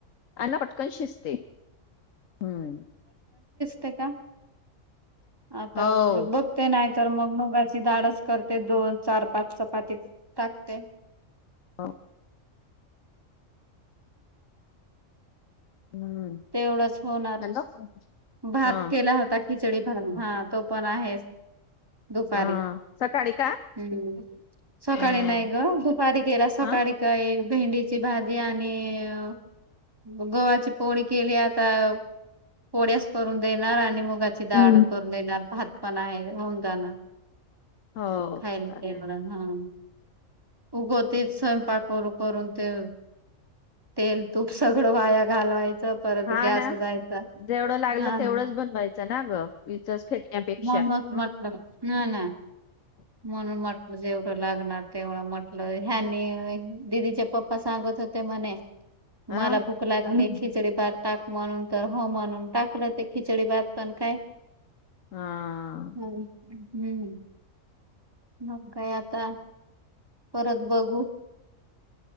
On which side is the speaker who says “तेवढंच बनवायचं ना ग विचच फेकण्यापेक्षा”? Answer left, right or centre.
Left